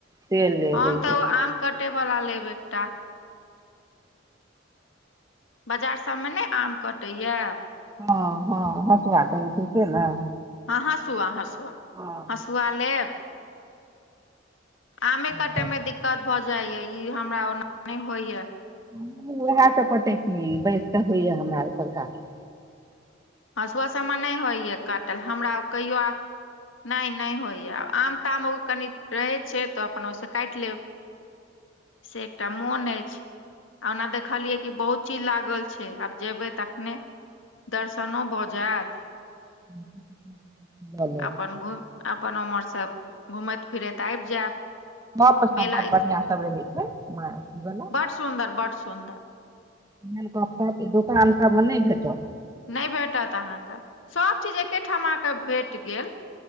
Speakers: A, on the right (about 20°); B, on the left (about 80°).
A: तेल लेब
B: हम
A: एहि
B: तऽ
A: बेर
B: ओ आम कटे वला लेब एकटा। बजार सब मे नै आम कटैया।
A: हां-हां हसुआ कहै छै से ने।
B: हां हसुआ-हसुआ।
A: हँ
B: हसुआ लेब आमे
A: से
B: काटे
A: लऽ लेब।
B: मे दिक कत भ जायया, ई हमरा ओना नै होयया।
A: हमु उहाए से कटै छी बैस के होयया हमरा ओय पर काटल।
B: हँसुआ से हमरा नै होइए काटल हमरा ओ कहियो नै नै होइए। आम ताम ओ कनी रहे छै त अपन ओइसे काटि लेब से एकटा मोन अछि, ओना देखलियै की बहुत चीज लागल छै, आब जेबै तखने दर्शनो भ जायत
A: <inaudible> लेब
B: अपन घुम अपन उमहर से घूमैत फिरैत आबि जायब।
A: नब पर सब
B: मेला
A: बड़ बढ़िया
B: इत-
A: सब रहै छै म अथि वला।
B: बड सुन्दर बड सुन्दर।
A: एहन कप सब ऐ दुकान सब मे नै भेटत।
B: नहि भेटत अहाँ के, सब चीज एकेठाम अहाँ के भेट गेल,